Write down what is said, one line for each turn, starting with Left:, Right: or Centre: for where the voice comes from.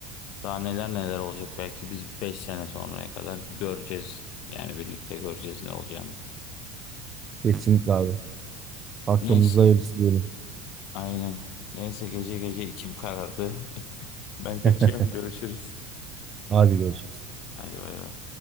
Left: Daha neler neler olacak belki biz 5 sene sonraya kadar göreceğiz. Yani birlikte göreceğiz ne olacağını.
Right: Kesinlikle abi. Hakkımızda
Left: Neyse
Right: öylesi diyelim.
Left: aynen. Neyse gece gece içim karardı. <laughs> Ben kaçıyorum
Right: <laughs>
Left: görüşürüz.
Right: Hadi görüşürüz.
Left: Hadi bay bay.